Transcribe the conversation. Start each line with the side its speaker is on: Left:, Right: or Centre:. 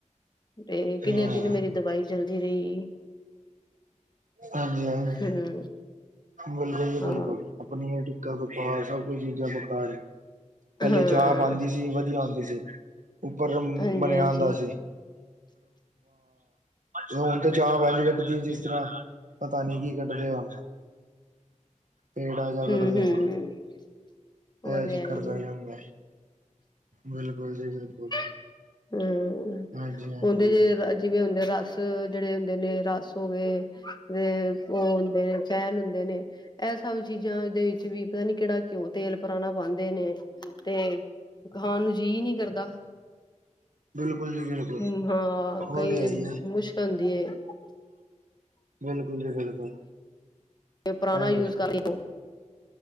Left: ਤੇ ਕਿੰਨੇ
Right: ਹਾਂ
Left: ਦਿਨ ਮੇਰੀ ਦਵਾਈ ਚਲਦੀ ਰਹੀ
Right: ਹਾਂਜੀ ਹਾਂਜੀ
Left: ਹੂੰ
Right: ਬਿਲਕੁਲ ਜੀ ਬਿਲਕੁਲ,
Left: ਹਾਂ
Right: ਪਨੀਰ ਟਿੱਕਾ ਬੇ ਕਾਰ ਸਭ ਕੁਝ ਚੀਜ਼ਾਂ ਬੇਕਾਰ ਪਹਿਲੇ
Left: ਹਾਂ
Right: ਚਾਹ ਖਾਂਦੀ ਸੀ ਵਧੀਆ ਆਉਂਦੀ ਸੀ ਉੱਪਰ
Left: ਹਾਂਜੀ
Right: ਬਣਿਆ
Left: ਹਾਂਜੀ
Right: ਆਦਾ ਸੀ। ਹੁਣ ਤਾਂ ਚਾਹ ਵੈਲੀ ਕੱਢਦੀ ਆ ਜਿਸ ਤਰ੍ਹਾਂ ਪਤਾ ਨੀ ਕੀ ਕੱਢਦੇ ਆ ਪੇੜ ਆ ਜਾ ਕੱਢਦੇ
Left: ਹੂੰ ਹੂੰ
Right: ਵਣ ਇਹ
Left: ਉਹ ਤੇ
Right: ਚੱਕਰ
Left: ਹੈ ਹੀ
Right: ਪਾਈ
Left: ਹੈ
Right: ਜਾਂਦਾ ਬਿਲਕੁਲ ਜੀ ਬਿਲਕੁਲ,
Left: ਹਮ
Right: ਹਾਂਜੀ ਹਾਂਜੀ
Left: ਉਹਦੇ ਜ ਜਿਵੇਂ ਹੁੰਦੇ ਰਸ ਜਿਹੜੇ ਹੁੰਦੇ ਨੇ ਰਸ ਹੋ ਗਏ ਤੇ ਉਹ ਹੁੰਦੇ ਨੇ ਚੈਨ ਹੁੰਦੇ ਨੇ, ਇਹ ਸਭ ਚੀਜ਼ਾਂ ਦੇ ਵਿੱਚ ਵੀ ਪਤਾ ਨੀ ਕਿਹੜਾ ਘਿਓ ਤੇਲ ਪੁਰਾਣਾ ਪਾਉਂਦੇ ਨੇ ਤੇ, ਖਾਨ ਨੂੰ ਜੀਅ ਨੀ ਕਰਦਾ,
Right: ਬਿਲਕੁਲ ਜੀ ਬਿਲਕੁਲ
Left: ਹੂੰ ਹਾਂ
Right: ਉਹ
Left: ਕਈ
Right: ਤੇ ਹੈ ਹੀ ਹੈ
Left: ਮੁਸ਼ਕ ਆਦੀ ਹੈ।
Right: ਬਿਲਕੁਲ ਜੀ ਬਿਲਕੁਲ,
Left: ਪੁਰਾਣਾ
Right: ਹਾਂਜੀ,
Left: ਯੂਜ ਕਰ ਲਈ